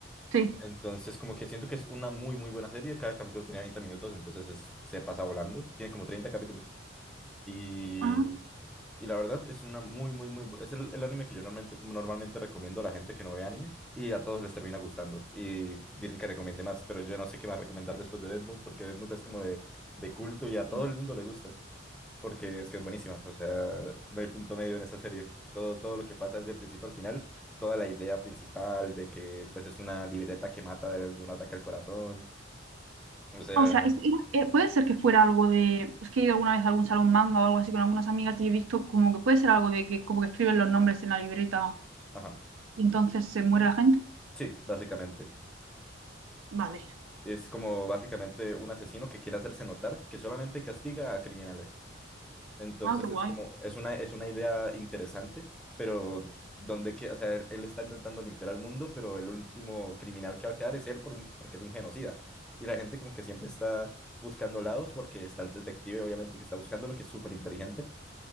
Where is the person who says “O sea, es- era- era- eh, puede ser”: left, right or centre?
Right